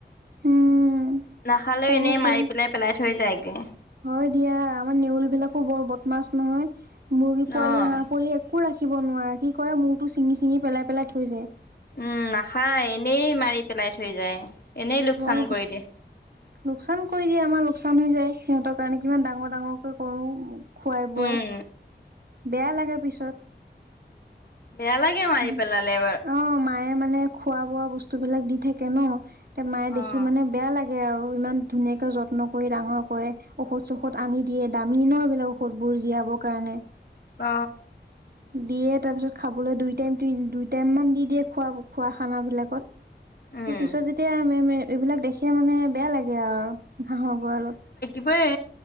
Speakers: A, on the right; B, on the left.
A: উম।
B: নাখালেও
A: সৰুকৈ
B: এনেই মাৰি পেলাই পেলাই থৈ যায়গে
A: হয় দিয়া আমাৰ নেউল বিলাকো বৰ ব- বদমাছ নহয় মুৰ্গী পোৱালি
B: অ'
A: হাঁহ পোৱালি একো ৰাখি- থাকিব নোৱাৰাৰে কি কৰে মূৰটো ছিঙি চিঙি পেলাই পেলাই থৈ যায়-
B: উম নাখায় এনেই মাৰি পেলাই থৈ যায়। এনেই লোকচান
A: হয়
B: কৰি
A: লোকচান
B: দিয়ে
A: কৰি দিয়ে আমাৰ লোকচান হৈ যায়। সিহঁতৰ কাৰণে কিমান ডাঙৰ ডাঙৰকে কৰো খোৱাই বোৱাই-
B: উম
A: বেয়া লাগে পিছত-
B: বেয়া লাগে মাৰি
A: উম।
B: পেলালে।
A: অ মায়ে মানে খোৱা বোৱা বস্তু বিলাক দি থাকে ন তে মায়ে দেখি
B: অ'
A: মানে বেয়া লাগে- লাগে আৰু ইমান ধুনীয়াকে যত্ন কৰি ডাঙৰ কৰে ঔষধ চষধ আনি দিয়ে দামিনৰ বিলাক ঔষধ বোৰ। জীয়াবৰ কাৰণে-
B: অ।
A: দিয়ে তাৰপিছত খাবলৈ দুই টাইম দুই টাইমান দি দিয়ে খোৱা খোৱা খানাবিলাকত-
B: উম
A: পিছত যেতিয়া এইবিলাক দেখে মানে বেয়া লাগে আৰু- হাহৰ গঁৰালত-
B: হবই এ।